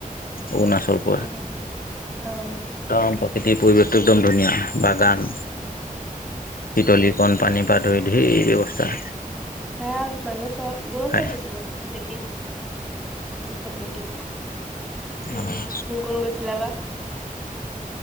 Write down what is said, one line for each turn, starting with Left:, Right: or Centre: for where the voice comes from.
Left: অৰুণাচল পৰা
Centre: অ', অ'।
Left: একদম প্ৰকৃতিৰ পৰিৱেশটো একদম ধুনীয়া বাগান, পিতলীকণ পানী পৰা ধৰি ঢেৰ ব্যৱস্থা
Centre: ভাল মানুহ চব গৈ আছে
Left: হয়
Centre: কিছুমান দেখিছোঁ ফটো দিয়া। উম
Left: অ',
Centre: কোন কোন গৈছিলে বা